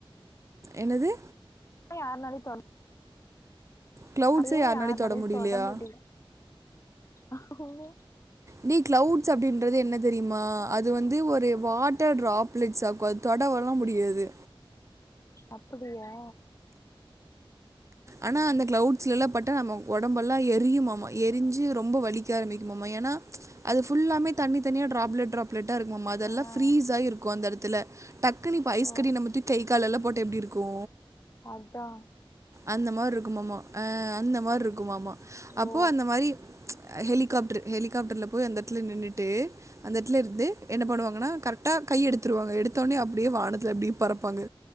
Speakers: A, on the right; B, on the left.
A: என்னது
B: யார் நாளையு தொட
A: க்ளவுட்ஸை
B: அத ஏ
A: யாருனாலையும்
B: யார்நாளையு
A: தொட முடியலையா
B: தொடமுடியு ஓ
A: டே கிளவுட்ஸ் அப்டின்றது என்ன தெரியுமா அது வந்து ஒரு வாட்டர் டராப்லெட்ஸ் ஆக்கு அது தொடவல்லா முடியாது
B: அப்புடியா
A: ஆனா அந்த கிளவுட்லல்ல பட்ட நம்ம உடம்பெல்லா எரியுமாம்ம எரிஞ்சு ரொம்ப வலி க்க ஆரம்பிக்குமாமா ஏன்னா அது ஃபுல்லாமே தண்ணி தண்ணியா ட்ராப்லெட் ட்ராப்லெட் லெட்டா இருக்குமாம்மா அதெல்லா
B: ஆ
A: ஃபிரீஸ்ஆயி இருக்கு அந்த எடத்துல டக்குன்னு ப்ப ஐஸ்கட்டி
B: ஓ
A: நம்ம தூக் கைக்காலெல்லா போட்டா எப்டி இருக்கூ
B: அத்தா
A: அந்த மார் இருக்குமாம்மா ஆ அந்த மார் இருக்குமாம்மா அப்போ
B: ஓ
A: அந்த மாரி ஹெலிகாப்டர் ஹெலிகாப்டர்ல போய் அந்த எட்த்துல நின்னுட்டு அந்த எட்த்துல இருந்து என்ன பண்ணுவாங்கன்னா கர்ட்டா கை எடுத்துருவாங்க எடுத்தோன்னே அப்டியே வானத்துல அப்டீ பறப்பாங்க